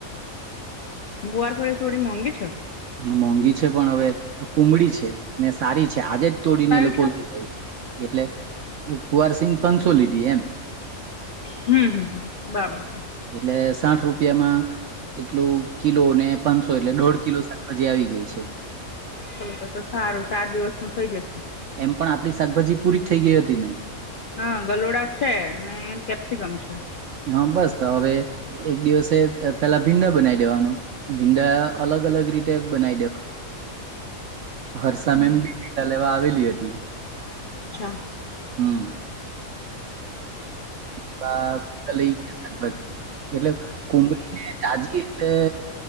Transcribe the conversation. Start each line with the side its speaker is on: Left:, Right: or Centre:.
Left: ગુવારફળી થોડી મોંઘી છે.
Right: મોંઘી છે, પણ હવે, કુમળી છે, ને સારી છે. આજે જ તોડીને
Left: સારી
Right: એ લોકો
Left: છે
Right: એટલે એ ગુવારસિંંગ પાંનસો લીધી, એમ.
Left: હમ્મ હમ્મ હમ્મ, બાબર છે.
Right: એટલે સાઠ રૂપિયામાં એટલું કિલોને, પાનસો એટલે દોઢ કિલો શા કભાજી આવી ગેઈ છે.
Left: ચલો તો તો સારું. ચાર દિવસ નું થઇ જશે.
Right: એમ પણ આપણી શાકભાજી પૂરી જ થઈ ગઈ હતી ને?
Left: હા ગલોડા છે, ને કેપ્સિકમ છે.
Right: હા બસ તો હવે એક દિવસે અ પેલા ભીંડા બનાવી દેવાનું ભીંડા અલગ અલગ રીતે બનાવી દેવાનું. હર્ષા
Left: હમ
Right: મેમ બીલા લેવા આવેલી હતી.
Left: અચ્છા
Right: હમ. બાપ લઈ ગયો સાકભાજી એટલે કુંબળી ને તાજી એટલે